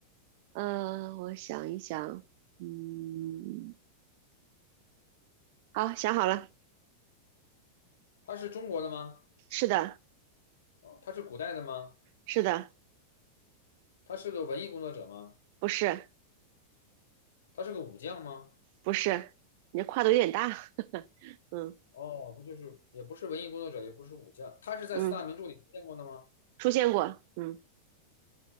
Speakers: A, on the right; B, on the left.
A: 嗯、我想一想，嗯。好，想好了，
B: 他是中国的吗？
A: 是的，
B: 哦，他是古代的吗？
A: 是的，
B: 他是个文艺工作者吗？
A: 不是，
B: 他是个武将吗？
A: 不是，你这跨度有点大，嗯
B: 哦，他就是也不是文艺工作者，也不是武将，他是在四大名著里出现过的吗？
A: 嗯，出现过，嗯，